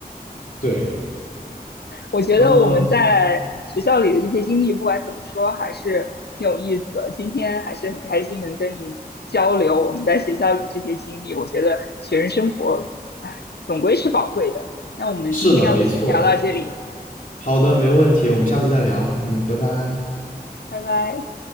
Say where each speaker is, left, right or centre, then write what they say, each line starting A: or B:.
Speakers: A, on the left; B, on the left.
A: 对，
B: 我觉得我们在学校里的这些经历，
A: 嗯，
B: 不管怎么说，还是挺有意思的。今天还是很开心能跟你交流我们在学校里这些经历。我觉得学生生活，哎，总归是宝贵的。那我们今天要不先聊到这里，
A: 是的，没错。好的，没问题，我们下次再聊。嗯，拜拜。
B: 拜拜。